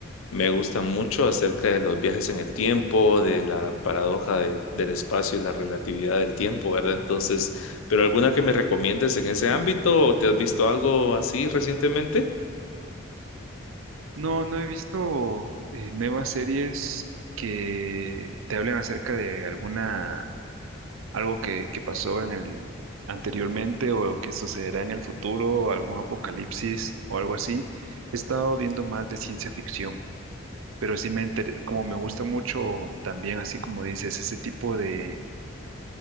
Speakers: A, on the left (about 85°); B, on the right (about 80°).
A: me gustan mucho acerca de los viajes en el tiempo, de la paradoja del, del espacio y la relatividad del tiempo, ¿verdad? Entonces, ¿pero alguna que me recomiendes en ese ámbito o te has visto algo así recientemente?
B: No, no he visto eh, nuevas series que te hablen acerca de alguna, algo que, que pasó en el anteriormente o que sucederá en el futuro, algún apocalipsis o algo así. He estado viendo más de ciencia ficción, pero sí me inter- como me gusta mucho también, así como dices, ese tipo de